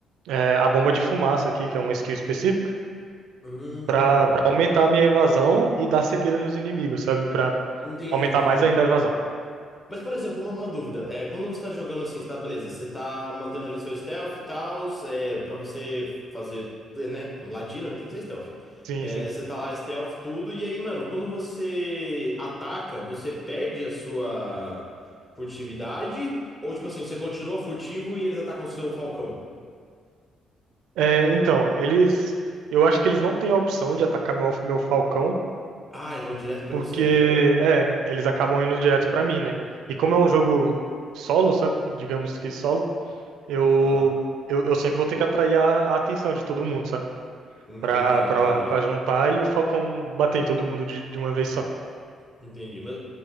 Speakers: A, on the right; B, on the left.
A: é, a bomba de fumaça aqui, que é uma skill específica.
B: Hum,
A: pra, pra aumentar a minha evasão e dar cegueira nos inimigos, sabe? Pra
B: entendi,
A: aumentar
B: entendi.
A: mais ainda a evasão.
B: Mas, por exemplo, uma, uma dúvida. É, quando você tá jogando assim, tá, beleza, você tá mantendo ali seu stealth e tal, é, pra você fazer, né? Ladino, né? Tem que ser stealth.
A: Sim,
B: É,
A: sim.
B: você tá lá stealth, tudo, e aí, mano, quando você ataca, você perde a sua furtividade? Ou, tipo assim, você continua furtivo e eles atacam o seu falcão?
A: É, então, eles. Eu acho que eles não têm a opção de atacar meu, meu Falcão,
B: Ah, eles vão direto pra
A: porque,
B: você.
A: é, eles acabam indo direto pra mim, né? E como é um jogo solo, sabe? Digamos que solo, eu,
B: Aham.
A: eu, eu sempre vou ter que atrair a, a atenção de todo mundo, sabe?
B: Entendi,
A: Pra, pra,
B: entendi.
A: pra juntar e o Falcão bater em todo mundo de, de uma vez só.
B: Entendi. Mas,